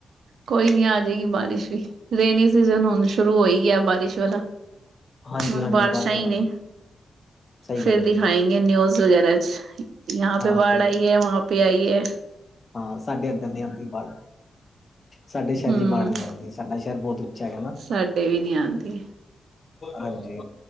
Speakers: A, on the right (about 80°); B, on the left (about 35°).
A: ਕੋਈ ਨੀ ਆ ਜਾਏਗੀ ਬਾਰਿਸ਼ ਵੀ, ਰੇਨੀ ਸੀਜਨ ਹੁਣ ਸ਼ੁਰੂ ਹੋਈ ਏ ਬਾਰਿਸ਼ ਚਲੋ
B: ਹਾਂਜੀ-ਹਾਂਜੀ
A: ਹੁਣ ਬਾਰਿਸ਼ਾਂ
B: ਬਾਰਿਸ਼
A: ਹੀ
B: ਵਾਲਾ
A: ਨੇ,
B: ਸੀ ਸਹੀ
A: ਫਿਰ
B: ਗੱਲ ਹੈ ਜੀ
A: ਦਿਖਾਈ ਨਿਊਜ਼ ਵਗੈਰਾ ਚ, ਯਹਾਂ
B: ਹਾਂ
A: ਪੇ ਬਾੜ
B: ਫੇਰ
A: ਆਈ ਹੈ ਵਹਾਂ ਪੇ ਆਈ ਐ।
B: ਹਾਂ ਸਾਡੇ ਅੰਦਰ ਨੀ ਆਉਂਦੀ ਬਾੜ, ਸਾਡੇ ਸ਼ਹਿਰ
A: ਹੂੰ
B: ਚ ਬਾੜ ਨੀ ਆਉਂਦੀ, ਸਾਡਾ ਸ਼ਹਿਰ ਬਹੁਤ ਹੈਗਾ ਨਾ
A: ਸਾਡੇ ਵੀ ਨੀ ਆਉਂਦੀ।
B: ਹਾਂਜੀ,